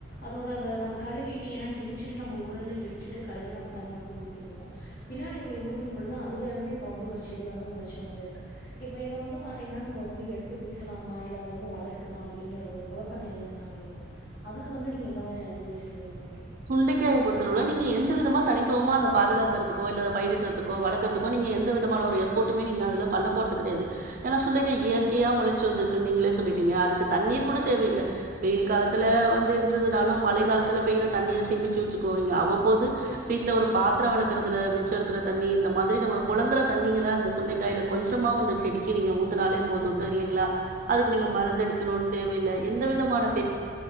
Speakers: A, on the left; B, on the right.
A: அதோட அந்த நம்ம கழுவிட்டு ஏனா இடிச்சிட்டு நம்ம உரல்ல இடிச்சிட்டு கழுவி நம்ம தண்ணி வந்து ஊத்திருவோ பின்னாடி இப்டி ஊத்து பொழுது அதுல இருந்து இப்ப வந்து ஒரு செடி வந்து மொளச்சு வந்திருக்கு இப்ப இத வந்து பாத்தீங்கன்னா நம்ம வந்து எடுத்து வீசலாமா இல்ல அது வந்து வளரட்டுமா அப்டிங்கிற ஒரு குழப் ப நிலைல நாங்க இருக்கோ அதுக்கு வந்து நீங்க எந்த மாரி அறிவுரை சொல்லுவீங்க தோழி
B: சுண்டைக் காய பொறுத்த அளவுல நீங்க எந்த விதமா தனித்துவமா அத பாதுகாத் க்கறதுகோ இல்ல அத பயிரிறதுக்கோ வளக்குறதுக்கோ நீங்க எந்த விதமான ஒரு எஃபர்ட்டுமே நீங்க அதுல பண்ண போறது கெடையாது ஏனா சுண்டைகாய் இயற்கையா மொளச்சு வந்துருக்குன்னு நீங்களே சொல்லிட்டீங்க அதுக்கு தண்ணீர் கூட தேவயில்ல வெயில் காலத்துல வந்து இருந்ததுனாலு மழை காலத்துல பெய்யிற தண்ணிய சேமிச்சு வச்சுக்கு நீங்க அவ்வப்போது வீட்ல ஒரு பாத்தரோ வெலக்கறதுல மிச்சம் இருக்கற தண்ணி இந்த மாதிரி நம்ம புழங்கற தண்ணிகள அந்த சுண்டைக்காய்ல கொஞ்சமாவு அந்த செடிக்கு நீங்க ஊத்துனாலே போது த இல்லைங்களா அதுக்கு நீங்க மருந்து அடிக்கணுனு தேவையில்ல எந்த விதமான செய்